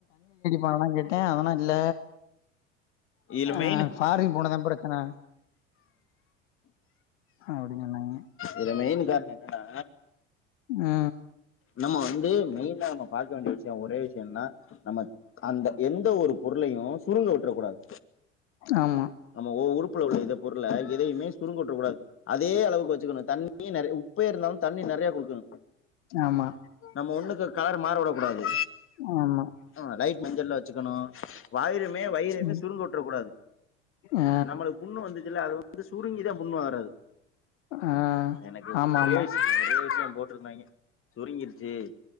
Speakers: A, on the left; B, on the left.
A: பணோ கெட்ட அவனுல்ல
B: இதுல
A: அ
B: மெயின்
A: ஃபாரின் போனதா பிரச்சன அப்டின் சொன்னாங்க
B: அது மெயின் காரணோ என்னன்னா
A: அ
B: நம்ம வந்து மெயின்னா நம்ம பாக்க வேண்டிய விஷயோ ஒரே விஷயோ என்னன்னா நம்ம அந்த எந்த ஒரு பொருளையு சுருங்கவுட்டுறக் கூடாது
A: ஆமா
B: நம்ம உறுப்புல உள்ள இத பொருள்ள எதையுமே சுருங்கவுற்றக் கூடாது அதே அளவுக்கு வச்சுக்கணோ தண்ணி நெறைய உ ப்பே இருந்தாலு தண்ணி நெறைய குடிக்கணோ
A: ஆமா
B: நம்ம ஒண்ணுக்கு கலர் மாறவுடக் கூடாது
A: ஆமா
B: அ லைட் மஞ்சள்ல்ல வச்சுக்கனோ வயிறுமே வயிறுமே
A: ம்
B: சுருங்கவுற்றக் கூடாது
A: ஆ
B: நம்மளுக்கு புண்ணு வந்துச்சுல்ல அது வந்து சுருங்கிதா புண்ணு வராது
A: ஆ
B: எனக்கு
A: ஆமா
B: ஒரே
A: ஆமா
B: விஷயோ ஒரே விஷயோ போட்ருந்தாங்க சுருங்கிருச்சு